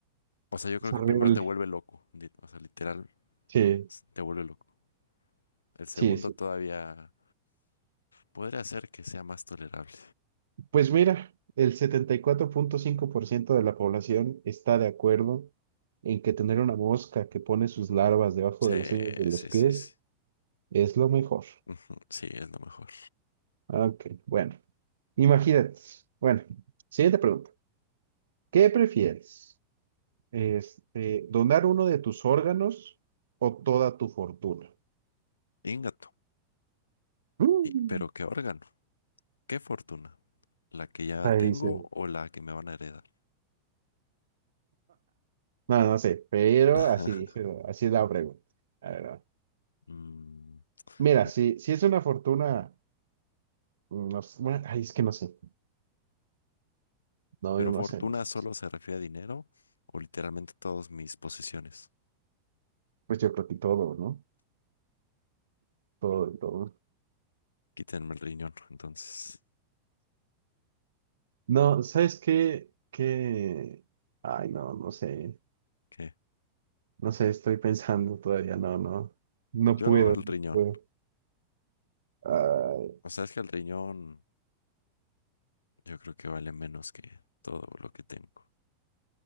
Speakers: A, on the left; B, on the right.
A: o sea, yo creo
B: Es
A: que
B: horrible.
A: el primero te vuelve loco, li- o sea, literal,
B: Sí,
A: s- te vuelve loco. El segundo
B: sí, sí.
A: todavía podría hacer que sea más tolerable.
B: Pues mira, el setenta y cuatro punto cinco por ciento de la población está de acuerdo en que tener una mosca que pone sus larvas debajo
A: Sí,
B: de las uñas de
A: sí,
B: los pies
A: sí, sí.
B: es lo mejor.
A: Ujú, Sí, es lo mejor.
B: Ok, bueno. Imagínate. Bueno, siguiente pregunta. ¿Qué prefieres? Este, ¿donar uno de tus órganos o toda tu fortuna?
A: Ingato.
B: Mm.
A: Y- Pero qué órgano, qué fortuna, la que ya
B: Ahí
A: tengo
B: dice.
A: o la que me van a heredar.
B: No, no sé, pero
A: <laughs>
B: así dice, así es la pregunta. A ver, a
A: Mm,
B: Mira,
A: mm,
B: si, si es una fortuna, mm, no sé, bueno, ay, es que no sé. No,
A: pero
B: yo
A: fortuna
B: no sé, no sé.
A: solo se refiere a dinero o literalmente todas mis posesiones.
B: Pues yo creo que todo, ¿no? Todo, todo.
A: Quítenme el riñón, entonces,
B: No, ¿sabes qué? Que, ay, no, no sé.
A: ¿qué?
B: No sé, estoy pensando todavía, no, no, no
A: Yo
B: puedo,
A: el
B: no
A: riñón.
B: puedo. Ay,
A: O sea, es que el riñón yo creo que vale menos que todo lo que tengo.